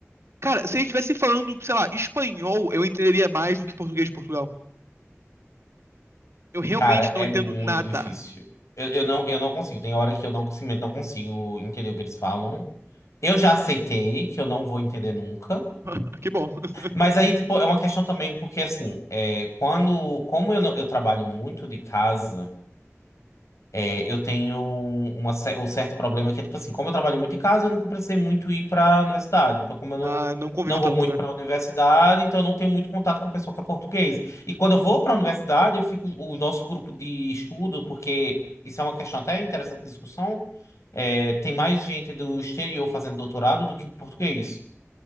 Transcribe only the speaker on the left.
Cara,
é
muito
difícil. Eu, eu não, eu não consigo. Tem hora que eu não consigo, não consigo entender o que eles falam. Eu já aceitei que eu não vou entender nunca.
Mas aí, tipo, é uma questão também, porque assim, é, quando, como eu, não- eu trabalho muito de casa, é, eu tenho uma, ce- um certo problema que é, tipo assim, como eu trabalho muito de casa, eu nunca precisei muito ir para a universidade. Então, como eu não,
não
vou muito
para a universidade, então eu não tenho muito contato com o pessoal que é português. E quando eu vou para a universidade, eu fico, o nosso grupo de estudo, porque isso é uma questão até interessante de discussão, é, tem mais gente do exterior fazendo doutorado do que português.